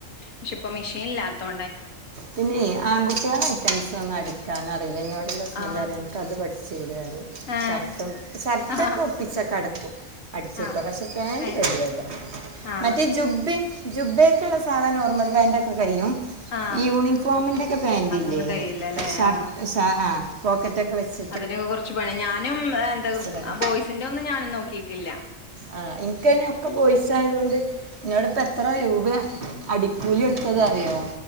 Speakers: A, on the left (about 75°); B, on the right (about 55°).
A: പക്ഷെ ഇപ്പ മെഷീല്ലാത്തോ
B: പിന്നെ ആൺകുട്ട്യോളെ ഐറ്റംസ് ഒന്നും അടിക്കാൻ അറീല്ല ഇന്നോട് ഇന്റെ ഹസ്ബൻഡ്
A: ആ
B: പറിം അൻ ക്ക് അത് പടി ചൂടെ ത്
A: ഏ
B: ഷർട്ടും ഷർട്ടൊക്കെ
A: ആ
B: ഒപ്പിച്ചൊക്കെ അടക്കും അടിച്ചു
A: ആ
B: ട്ടോ പക്ഷേ പാൻറ്
A: ഏ
B: റെഡിയാവൂല്ല
A: ആ
B: മറ്റേ ജുബ്ബ ജുബ്ബേ ക്ക്ള്ള സാധാ നേർമ്മൽ ഫേന്റെക്കെ കഴിയും
A: ആ
B: ഈ യൂണിഫോമിന്റെക്കെ പാൻറ്ല്ലേ
A: അതൊന്നും കഴിയില്ലല്ലേ
B: ഷർ
A: ആ
B: ഷാ ആ പോക്കറ്റ്ക്കെ വെച്ച്
A: അതിനൊക്കെ കൊർച്ച് പണിഞാനും എന്താ
B: പണി
A: ബോയ്സിന്റെ ഒന്നും ഞാനും നോക്കിട്ടില്ല
B: ആ ഇൻക്ക് അയിന് ഒക്കെ ബോയ്സ് ആയതോണ്ട് ഇന്നോട് പ്പം എത്ര രൂപാ അടിക്കൂലി എടുത്തത് അറിയോ